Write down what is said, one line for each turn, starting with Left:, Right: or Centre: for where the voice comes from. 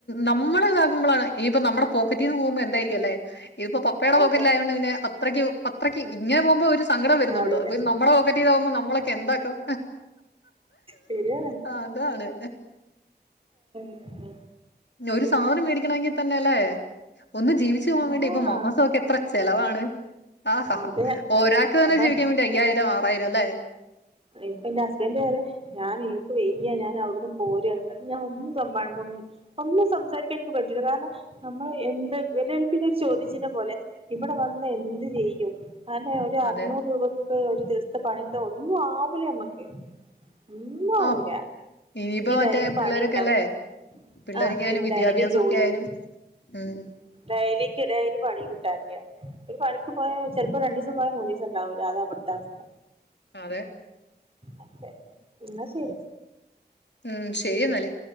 Left: നമ്മൾ ഇതകുമ്പളാണ് ഇനിയിപ്പം നമ്മുടെ പോക്കറ്റിന്ന് പോവുമ്പോ എന്തായിരിക്കും ക്കും ലെ ഇതിപ്പോ പപ്പയുടെ പോക്കറ്റിലായോണ്ട്
Right: അതെ
Left: പിന്നെ അത്രക്ക് അത്രയ്ക്ക് ഇങ്ങനെ പോവുമ്പോ ഒരു സങ്കടം വരുന്നൊള്ളു
Right: അറിയില്ല
Left: അപ്പൊനി നമ്മടെ പൊക്കറ്റീന്നാവുമ്പോ നമ്മളൊക്കെ എന്താക്കും
Right: ശരിയാണ്
Left: അതാണ്
Right: എന്ത്
Left: ഒരു സാധനം മേടിക്കണമെങ്കി തന്നെ ലെ ഒന്ന് ജീവിച്ച് പോവാൻ
Right: ആഹ്
Left: വേണ്ടി ഇപ്പൊ മാസം ഒക്കെ എത്ര ചെലവാണ് ആഹഹ
Right: അതെ
Left: ഒരാൾക്ക് തന്നെ
Right: അപ്പൊ
Left: ജീവിക്കാൻ വേണ്ടി അയ്യായിരം ആ <unintelligible> ലെ
Right: ഇപ്പൊ എന്റെ ഹസ്ബൻഡ് അതെ ഞാൻ എനിക്ക് വെയ്യ ഞാൻ അവിടുന്ന് പോര എന്നത് ഞാൻ ഒന്നും ഒന്നും സംസാരിക്കാ എനിക്ക് പറ്റില്ല കാരണം നമ്മള് എന്താ വല്ലൊക്കന്നെ ചോദ്യ ചിഹ്നം പോലെ ഇവിടെ വന്ന് എന്ത് ചെയ്യും അതെ ഒരു അറുന്നൂറ്
Left: അതെ
Right: രൂപ ഓ ഒരു ദിവസത്തെ പണി ഒക്കെ ഒന്നും ആവൂല മ്മക്ക് ഒന്നും ആവുല്ല
Left: ആ ഇനിയിപ്പോ മറ്റേ
Right: ഡെയിലി പണി
Left: പിള്ളേരൊക്കെ
Right: ഉണ്ടാവും
Left: അല്ലേ പിള്ളേരൊക്കെ
Right: ആഹ
Left: ആയാലും
Right: പിന്നെ
Left: വിദ്യാഭ്യാസം
Right: ഡെയിലി ജോലി
Left: ഒക്കെ ആയാലും ഉം
Right: ഡെയിലിക്ക് ഡെയിലി പണി കിട്ടാനില്ല ഒരു പണിക്ക് പോയാ ചെിലപ്പോ രണ്ടുിവസം പോയാ മൂന്നു ദിവസം ഉണ്ടാവുല്ലാ അതാ ഇപ്പോഴത്തെ അവസ്ഥ
Left: അതെ
Right: അതെ എന്നാ ശരി
Left: ഉം ശരി എന്നാല്